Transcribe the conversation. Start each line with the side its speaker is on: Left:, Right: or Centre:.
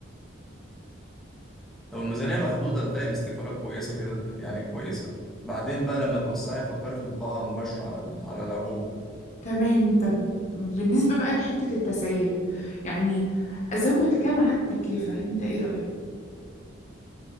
Centre: لو الميزانية محدودة ابدأي باستيكرات كويسة كده يعني كويسة بعدين بقى لما توسعي فكري في طباعة مباشرة على ال- على العبوة
Left: تمام طب بالنسبه بقى لحته التسعير يعني ازود كام على التكلفه انت ايه رايك